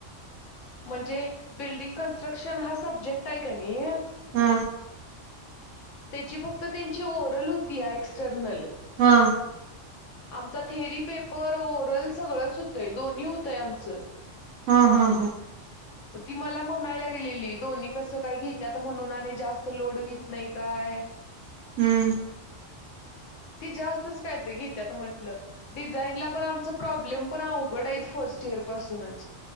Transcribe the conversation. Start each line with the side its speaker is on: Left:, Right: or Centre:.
Left: म्हणजे बिल्डिंग कन्स्ट्रक्शन हा सब्जेक्ट आहे का नाही?
Right: हा.
Left: त्याची फक्त त्यांची ओरल होती एक्सटर्नल
Right: हा.
Left: आमचा थेरी पेपर, ओरल सगळंच होतंय. दोन्ही होतंय आमचं.
Right: हा हा.
Left: म ती मला म्हणायला लागलेली दोन्ही कसं काही घेत्यात म्हणून आणि जास्त लोड वत नाही काय?
Right: हम्म.
Left: ती जास्तच काय तरी घेत्यात म्हंटलं? डिझाईन ला पण आमचा प्रॉब्लेम पण अवघड आहेत फर्स्ट इयर पासूनच